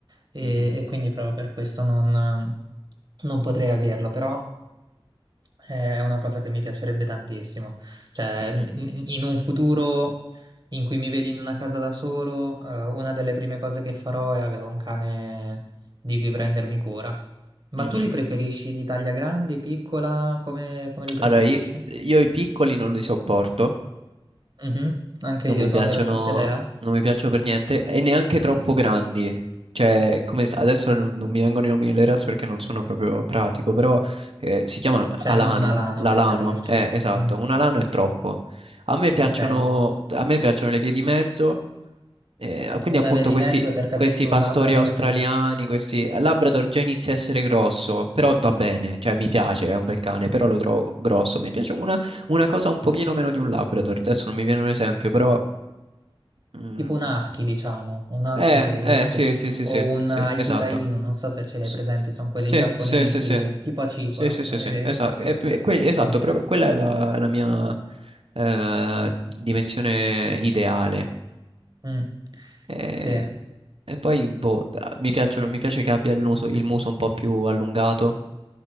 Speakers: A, on the right; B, on the right.
A: e,
B: Mhm,
A: e quindi proprio per questo non, eh, non potrei averlo, però è una cosa che mi piacerebbe tantissimo. Cioè,
B: mhm.
A: n- n- in un futuro in cui mi vedi in una casa da solo, eh, una delle prime cose che farò è avere un cane di cui prendermi cura. Ma
B: Mhm.
A: tu li preferisci di taglia grande, piccola? Come, come li preferisci?
B: Allora, io, io i piccoli non li sopporto,
A: Mhm, Anche
B: non
A: io
B: mi
A: sono
B: piacciono,
A: della stessa idea.
B: non mi piacciono per niente e neanche troppo grandi. Cioè, come s- adesso non, non mi vengono i nomi delle razze perché non sono proprio pratico, però eh, si chiamano
A: Cioè,
B: alano,
A: non una lana
B: l'alano,
A: per capirci.
B: eh, esatto,
A: Mm,
B: un alano è troppo. A me piacciono,
A: Ok.
B: a me piacciono le vie di mezzo Eh, ah, quindi
A: Una
B: appunto
A: via di
B: questi,
A: mezzo per capirci
B: questi
A: un
B: pastori
A: Labrador,
B: australiani,
A: per esempio.
B: questi il Labrador già inizia a essere grosso, però va bene, cioè mi piace, è un bel cane, però lo trovo grosso. Mi piace una, una cosa un pochino meno di un Labrador, adesso non mi viene un esempio, però... mm,
A: tipo un husky, diciamo, un husky
B: eh,
A: che
B: eh,
A: gli husky
B: sì, sì, sì,
A: o
B: sì,
A: un
B: sì,
A: Akita
B: esatto.
A: Inu, non so se ce li
B: S-
A: hai presenti, sono quelli
B: Sì,
A: giapponesi,
B: sì, sì, sì.
A: tipo acicola,
B: Sì, sì,
A: sono
B: sì,
A: le-
B: sì, esatto, esatto,
A: Mm,
B: proprio quella è la, la mia eh, dimensione ideale.
A: mm,
B: E,
A: sì.
B: e poi boh, da- mi piacciono, mi piace che abbia il muso, il muso un po' più allungato.